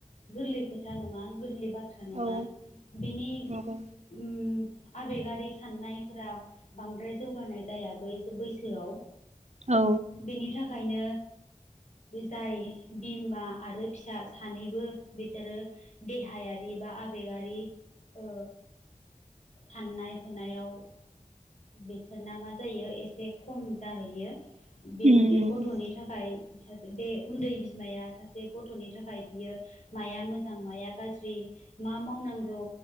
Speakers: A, on the left; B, on the right.
A: गोरलै खोथा नङा गोरलै बाथ्रा नङा
B: औ
A: बिनि
B: नंगौ
A: उम आबेगारि साननायफोरा बांद्राय जौगानाय जाया बैस बैसोआव
B: औ
A: बेनि थाखायनो जाय बिमा आरो फिसा सानैबो बिसोरो देहायारि बा आबेगारि ओ साननाय हनायाव बिसोरना मा जायो एसे खम जाहैयो बे
B: उम
A: बे
B: उम
A: गथ'नि थाखाय सासे बे उन्दै बिमाया सासे गथ'नि थाखाय बियो माया मोजां माया गाज्रि मा मावनांगौ